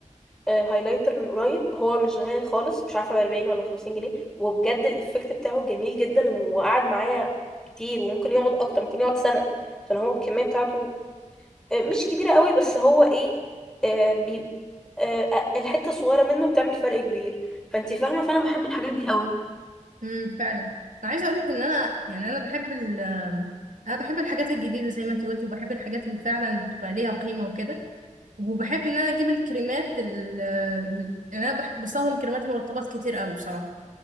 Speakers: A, in the centre; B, on the right.
A: آه، هايلايتر من قريب هو مش غالي خالص مش عارفه ب 40 ولا 50 جنيه وبجد الافكت بتاعه جميل جدا وقعد معايا كتير وممكن يقعد اكتر ممكن يقعد سنة عشان هو الكمية بتاعته آه، مش كبيرة قوي بس هو ايه آه، بي آه، آه، الحتة الصغيرة منه بتعمل فرق كبير فانت فاهمة فانا بحب الحاجات دي قوي
B: امم فعلا انا عايزه اقول لك ان انا يعني انا بحب ال آه، انا بحب الحاجات الجديده زي ما انت قلتي وبحب الحاجات اللي فعلا بتبقى ليها قيمه وكده وبحب ان انا اجيب الكريمات ال- ال- انا بحب بستخدم كريمات مرطبات كتير قوي بصراحه